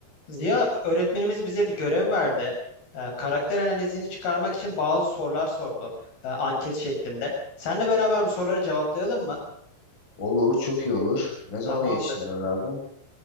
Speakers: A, on the left; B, on the left.
A: Ziya öğretmenimiz bize bir görev verdi. Ee, karakter analizini çıkarmak için bazı sorular sordu. Ee, anket şeklinde. Seninle beraber bu soruları cevaplayalım mı?
B: Olur, çok iyi olur. Ne zamana
A: Tamamdır.
B: yetiştirmen lazım?